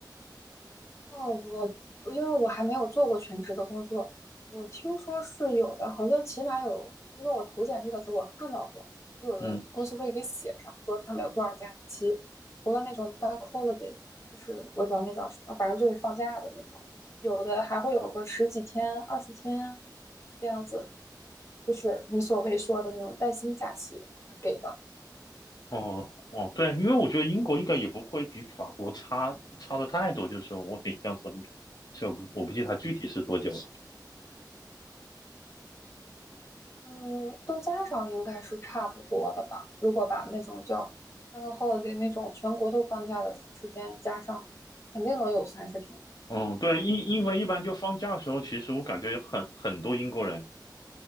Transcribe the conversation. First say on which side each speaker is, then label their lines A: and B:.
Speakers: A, on the left; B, on the left.
A: 哦，我因为我还没有做过全职的工作，我听说是有的，好像起码有，因为我投简历的时候我看到过，就有的公司会给写上，
B: 嗯，
A: 说他们有多少假期，除了那种 bank holiday，就是我也不知道那叫什么，反正就是放假的那种，有的还会有个十几天、二十天这样子，就是你所谓说的那种带薪假期给的。
B: 哦哦，对，因为我觉得英国应该也不会比法国差差的太多，就是我印象中应该，所以我不我不记得它具体是多久了。
A: 嗯，都加上应该是差不多的吧。如果把那种叫那个 holiday 那种全国都放假的时间加上，肯定能有三十天。
B: 嗯，对，因因为一般就放假的时候，其实我感觉有很很多英国人